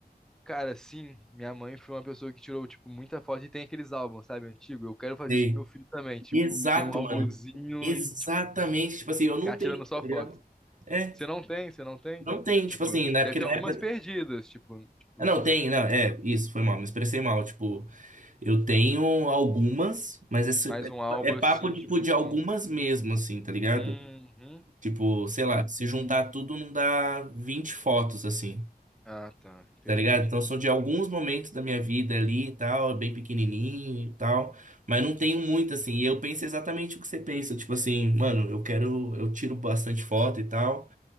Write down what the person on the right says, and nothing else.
Sei.
Exato,
mano. Exatamente.
Tipo assim, eu
não tenho,
tá
ligado? É,
não tem,
tipo assim, na época,
na
época...
Ah, Não, tem, não, é, isso, foi mal, me expressei mal, tipo, eu tenho algumas, mas esse-
é,
tipo,
é papo,
tipo,
de
algumas mesmo, assim, tá ligado?
Tipo, sei lá, se juntar tudo não dá 20 fotos, assim.
Tá ligado? Então são de alguns momentos da minha vida ali e tal, bem pequenininho e tal, mas não tenho muito assim. E eu penso exatamente o que você pensa, tipo assim, mano, eu quero, eu tiro bastante foto e tal,